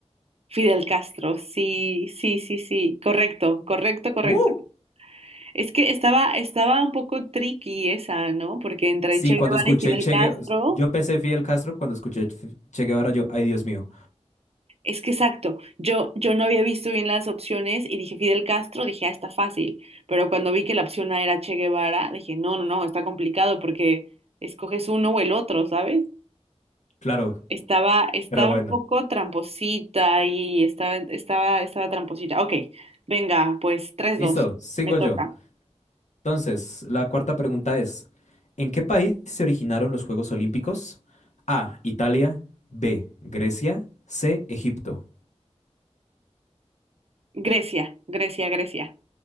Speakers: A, on the right; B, on the left.
A: Fidel Castro, sí, sí, sí, sí, correcto, correcto, correcto.
B: ¡Uh!
A: Es que estaba, estaba un poco tricky esa, ¿no? Porque entre
B: Sí,
A: Che
B: cuando
A: Guevara
B: escuché
A: y Fidel
B: Che
A: Castro,
B: Guevara, yo pensé Fidel Castro, cuando escuché F- Che Guevara, yo, ay, Dios mío.
A: es que exacto, yo, yo no había visto bien las opciones y dije Fidel Castro, dije, ah, está fácil, pero cuando vi que la opción A era Che Guevara, dije, no, no, no, está complicado porque escoges uno o el otro, ¿sabes?
B: Claro,
A: Estaba, estaba
B: pero bueno.
A: un poco tramposita y estaba, estaba, estaba tramposita. Ok, venga, pues tres
B: Listo,
A: dos
B: sigo
A: me toca.
B: yo. Entonces, la cuarta pregunta es, ¿en qué país se originaron los Juegos Olímpicos? A, Italia, B, Grecia, C, Egipto.
A: Grecia, Grecia, Grecia.